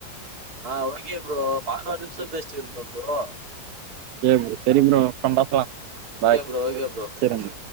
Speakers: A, on the right; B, on the right.
A: ஆஹ ஓகே ப்ரோ பதினாரு நிம்ஷோ பேஸ்ட்டு இருந்த ப்ரோ
B: ச செரி ப்ரோ அப்றோ பாக்கலா
A: okay
B: bye
A: bro okay bro
B: சரி